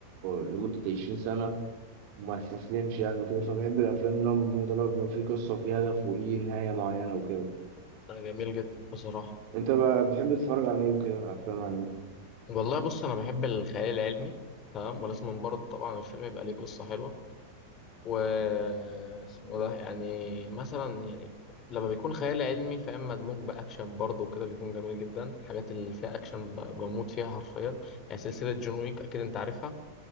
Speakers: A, on the right; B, on the left.
A: لمدة 20 سنة وما استسلمش يعني وكده فبحب الأفلام اللي هو من النوع ده اللي هو بيبقى فيه قصة وفيه هدف وليه نهاية معينة وكده
B: آه، جميل جدا بصراحه
A: أنت بقى بتحب تتفرج على إيه وكده أفلام عن إيه؟
B: والله بص انا بحب الخيال العلمي تمام ولازم برضه طبعا الفيلم يبقى ليه قصه حلوه و اسمه ده يعني مثلا يعني لما بيكون خيال علمي فاهم مدموج باكشن برضه وكده بيكون جميل جدا الحاجات اللي فيها اكشن ب- بموت فيها حرفيا يعني سلسله جون ويك اكيد انت عارفها